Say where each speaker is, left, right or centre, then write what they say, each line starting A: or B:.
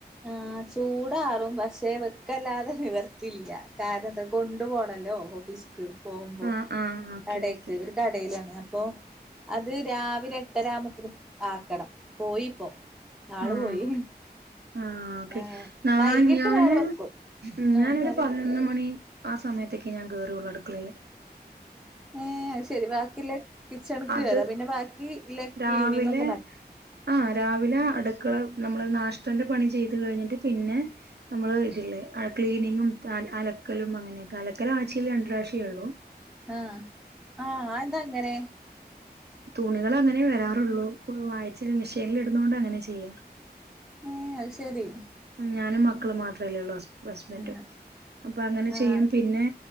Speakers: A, in the centre; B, on the right.
A: ആഹ് ചൂടാറും പക്ഷെ വെക്കല്ലാതെ നിവർത്തില്ല, കാരണത്ത കൊണ്ടു പോണല്ലോ ഓഫീസ് ക്ക്‌ പോവുമ്പോ
B: ആഹ് ആഹ് ഓക്കെ
A: കടേക്ക്
B: ഓക്കെ
A: ഒരു കടേലാണ് അപ്പൊ അത് രാവിലെ എട്ടര ആവുമ്പത്തിന് ആക്കണം, പോയിപ്പോ ആള്
B: ആഹ്
A: പോയി
B: ആഹ് ഓക്കെ
A: ആഹ്
B: ന്നാൻ
A: വൈകിട്ട്
B: ഞാന്
A: വേറെ വെക്കും
B: ഞാനൊരു
A: ആഹ് പറയ്
B: പതിനൊന്ന് മണി ആ സമയത്തൊക്കെ ഞാൻ കേറുള്ളൂ അടുക്കളെയില്
A: ഏഹ് അയ്ശെരി, ബാക്കില്ല കിച്ചൺക്ക്
B: അത്
A: കേറാ പിന്നെ ബാക്കില്ല
B: രാവിലെ
A: ക്ലീനിങ് ഒക്കെ നട്
B: ആഹ് രാവിലെ അടുക്കള നമ്മള് നാഷ്ടന്റെ പണി ചെയ്തു കഴിഞ്ഞിട്ട് പിന്നെ നമ്മള് ഇതില്ലേ അ ക്ലീനിങ്ങും അലക്കലും അങ്ങനെയൊക്കെ അലക്കല് ആഴ്ചയിൽ രണ്ട് പ്രാവിശ്യേഒള്ളു
A: ആഹ്‌ ആഹ് അഎന്താഅങ്ങനെ
B: തുണികളങ്ങനേ വരാറുള്ളൂ. കു ആയിച്ചേല് മിഷേൻല്ടുന്നോണ്ട് അങ്ങനെ ചെയ്യാ
A: ഏഹ് അയ്ശെരി
B: ഞാനും മക്കളും മാത്രല്ലേള്ളൂ ഹസ്ബന്റും
A: ആഹ്
B: അപ്പൊ അങ്ങനെ
A: ആഹ്
B: ചെയ്യും പിന്നെ